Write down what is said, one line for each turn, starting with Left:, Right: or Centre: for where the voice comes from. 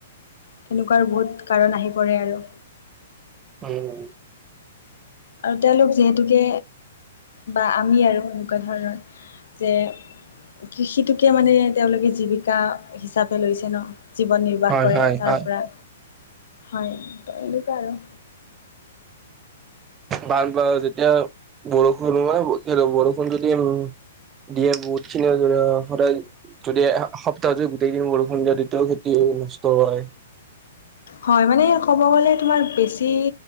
Left: তেনেকুৱা বহুত কাৰণ আহি পৰে আৰু।
Right: উম।
Left: আৰু তেওঁলোক যিহেতুকে বা, আমি আৰু এনেকুৱা ধৰণৰ যে কৃষিটোকে মানে তেওঁলোকে জীৱিকা হিচাপে লৈছে ন। জীৱন নিৰ্বাহ
Right: হয়
Left: কৰে
Right: হয়
Left: তাৰ
Right: হয়
Left: পৰা, হয় তো এনেকুৱা আৰু।
Right: বান বা যেতিয়া, বৰষুণ হয় কি বৰষুণ যদি উম। <unintelligible> যদি সপ্তাহত যদি গোটেই দিন বৰষুণ দিয়া তেতিয়াও খেতি নষ্ট হয়।
Left: হয় মানে ক'ব গ'লে তোমাৰ বেছি